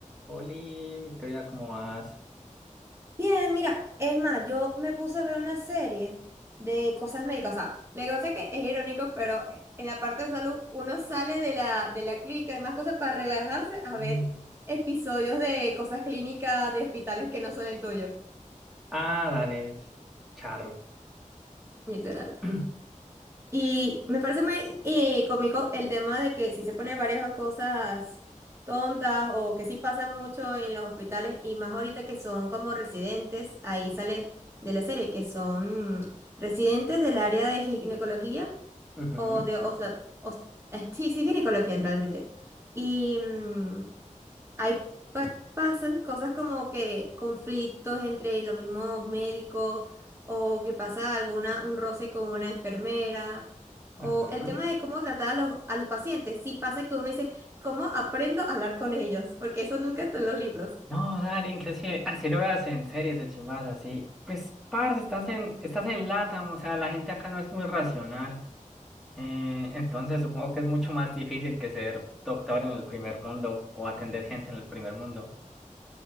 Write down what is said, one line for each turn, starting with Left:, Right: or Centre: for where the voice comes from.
Centre: Oli, Victoria, ¿cómo vas?
Right: Bien, mira, es más, yo me puse a ver una serie de cosas médicas. O sea, lo que pasa es que es irónico, pero en la parte de salud uno sale de la, de la clínica y demás cosas para relajarse a ver
Centre: Mm.
Right: episodios de cosas clínicas de hospitales que no son el tuyo.
Centre: Ah, dale, es charro.
Right: Literal.
Centre: <clears throat>
Right: Y me parece muy eh, cómico el tema de que si se pone varias cosas tontas o que sí pasa mucho en los hospitales y más ahorita que son como residentes, ahí sale de la serie, que son mm, residentes del área de ginecología
Centre: Ujú,
Right: o de... osa- eh, sí, sí, ginecología realmente. Y, mm, hay, pa- pasan cosas como que conflictos entre los mismos médicos o que pasa alguna, un roce con una enfermera o
Centre: ujú.
Right: el tema de cómo tratar a los, a los pacientes. Sí pasa que uno dice, ¿cómo aprendo a hablar con ellos? Porque eso nunca está en los libros.
Centre: No, dale, inclusive, así lo veas en series o chimbas así. Pues, parce, estás en, estás en LATAM, o sea, la gente acá no es muy racional. Eh, entonces supongo que es mucho más difícil que ser doctor en el primer mundo o atender gente en el primer mundo.